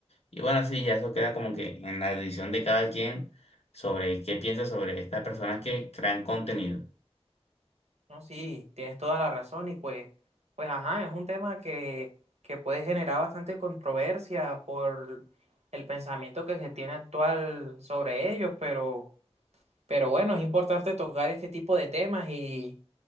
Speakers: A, on the left; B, on the right.
A: Y bueno, sí, ya eso queda como que en la decisión de cada quien sobre qué piensa sobre estas personas que crean contenido.
B: No, sí, tienes toda la razón y pues, pues ajá, es un tema que, que puede generar bastante controversia por el pensamiento que se tiene actual sobre ellos, pero, pero bueno, es importante tocar este tipo de temas y,